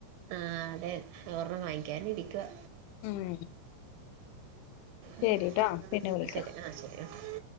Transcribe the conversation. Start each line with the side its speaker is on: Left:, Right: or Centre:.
Right: ആ അതെ. ഒറണ്ണം വാങ്ങി ക്ക്യാനിരിക്കുവാ.
Left: ഉം ശരിട്ടോ
Right: ഉം
Left: പിന്നെ വിളിക്കാ
Right: ശെരി ആ ശെരി അ.